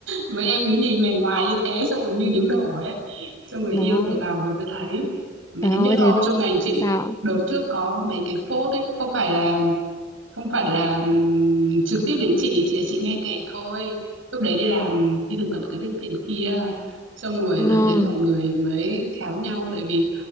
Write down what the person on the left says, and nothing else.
nó
trời
ơi
thế thì
sao
vâng